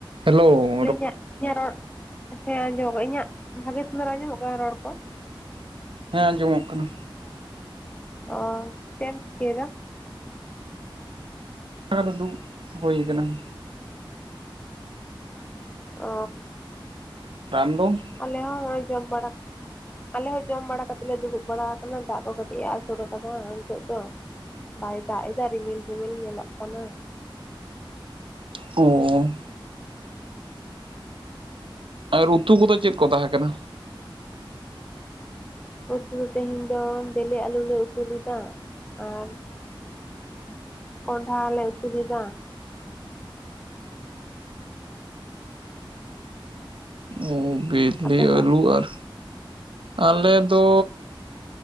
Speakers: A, on the right; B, on the left.
A: Hello
B: ᱟᱞᱤᱧᱟᱜ ᱤᱧᱟᱹᱜ ᱨᱚᱲ ᱦᱮᱸ ᱟᱸᱡᱚᱢᱚᱜ ᱤᱧᱟᱜ ᱵᱷᱟᱹᱜᱮ ᱥᱮᱸᱫᱽᱨᱟ ᱟᱸᱡᱚᱢᱚᱜ ᱠᱟᱱᱟ ᱨᱚᱲ ᱠᱚ?
A: ᱦᱮᱸ ᱟᱸᱡᱚᱢᱚᱜ ᱠᱟᱱᱟ᱾
B: ᱚ ᱪᱮᱢ ᱪᱤᱠᱟᱹᱭᱫᱟ?
A: ᱮᱸ ᱟᱫᱚ ᱫᱩ ᱦᱳᱭ ᱠᱟᱱᱟ ᱾
B: ᱚᱻ
A: ᱨᱟᱢ ᱫᱚ?
B: ᱟᱞᱮ ᱦᱚᱸ ᱦᱚᱸᱜᱼᱚᱭ ᱡᱚᱢ ᱵᱟᱲᱟ᱾ ᱟᱞᱮ ᱦᱚᱸ ᱡᱚᱢ ᱵᱟᱲᱟ ᱠᱟᱛᱮ ᱞᱮ ᱫᱩᱲᱩᱵ ᱵᱟᱲᱟ ᱟᱠᱟᱱᱟ ᱫᱟᱜ ᱠᱚ ᱠᱟᱹᱴᱤᱡ ᱮ ᱟᱥᱩᱨ ᱟᱠᱟᱫᱟ ᱱᱤᱛᱚᱜ ᱫᱚ᱾ ᱵᱟᱭ ᱫᱟᱜ ᱮᱫᱟ ᱨᱤᱢᱤᱞ ᱨᱤᱢᱤᱞ ᱧᱮᱞᱚᱜ ᱠᱟᱱᱟ ᱾
A: ᱦᱚᱸᱻ ᱟᱨ ᱩᱛᱩ ᱠᱚᱫᱚ ᱪᱮᱫ ᱠᱚ ᱛᱟᱦᱮᱸ ᱠᱟᱱᱟ?
B: ᱩᱛᱩ ᱫᱚ ᱛᱮᱦᱮᱧ ᱫᱚ ᱵᱮᱞᱮ ᱟᱹᱞᱩ ᱞᱮ ᱩᱛᱩ ᱞᱮᱫᱟ ᱟᱨ ᱠᱚᱸᱰᱦᱟ ᱞᱮ ᱩᱛᱩ ᱞᱮᱫᱟ᱾
A: ᱚ ᱵᱤᱞᱤ
B: ᱟᱯᱮ ᱫᱚ
A: ᱟᱹᱞᱩ ᱟᱨ ᱟᱞᱮ ᱫᱚᱻ